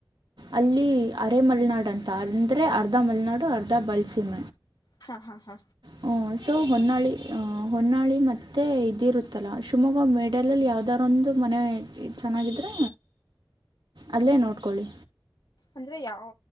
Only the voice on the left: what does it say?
ಹಾ ಹಾ ಹಾ
ಅಂದರೆ ಯಾವ